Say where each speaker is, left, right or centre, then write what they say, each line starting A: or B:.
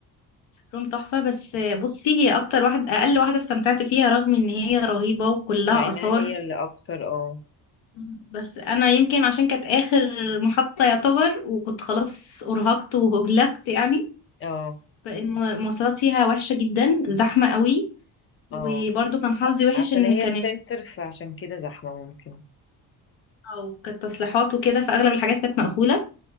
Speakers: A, on the left (about 70°); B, on the left (about 30°).
A: روم تحفة بس بصي هي أكتر واحدة أقل واحدة استمتعت فيها رغم إن هي رهيبة وكلها
B: مع انها
A: آثار
B: هي اللي اكتر اه
A: مم. بس أنا يمكن عشان كانت آخر محطة يعتبر وكنت خلاص أرهقت وهلكت يعني
B: اه
A: فالمواصلات فيها وحشة جدا زحمة قوي وبرضه
B: اه
A: كان حظي وحش
B: عشان
A: إن
B: هي
A: كانت
B: السنتر فعشان كده زحمه ممكن
A: أو كانت تصليحات وكده فأغلب الحاجات كانت مقفولة